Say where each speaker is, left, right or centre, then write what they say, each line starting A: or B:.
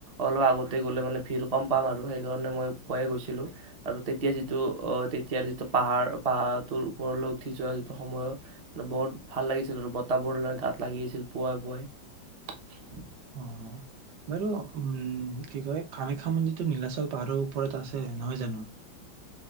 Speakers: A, on the right; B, on the right.
A: অলপ আগতে গ'লে মানে ভিৰ কম পাম আৰু সেইকাৰণে মই পুৱাই গৈছিলো আৰু তেতিয়া যিটো অ তেতিয়া যিটো পাহাৰ পাহাৰটোৰ ওপৰলৈ উঠি যোৱা যিটো সময় বহুত ভাল লাগিছিল আৰু বতাবোৰ ল গাত লাগি আছিল পুৱাই পুৱাই
B: অ বাৰু উম্ কি কয় কামাখ্যা মন্দিৰটো নীলাচল পাহাৰৰ ওপৰত আছে নহয় জানো